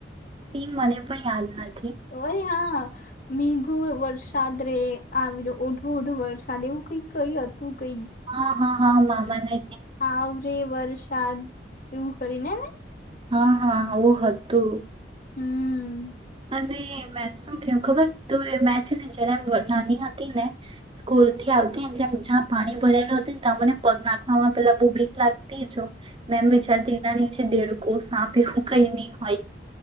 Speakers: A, on the right (about 30°); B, on the left (about 50°).
A: તે મને પણ યાદ નથ
B: ઓરે હા મેઘો વરસાદ રે આવી રહ્યો ઓઢો ઓઢો વરસાદ એવું કઈ કઈ હત તું કઈ
A: હા હા હા મા મા ને
B: આવ ર્રે વરસાદ એવું કરીને ને
A: હા હા આવું હતું,
B: હમ્મ
A: અને મે શું કેું ખબર તો મેં છે, ને જયારે નાની હતી ને સ્કૂલ થી આવતી ને જેમ જ્યાં પાણી ભરાયલું હત ને ત્યાં મને નાખમાં પેલા બુ બીક લાગતી જો મેમ વિચારતી એનાની દેડકો સાપ એવું કઈ નહી, હોય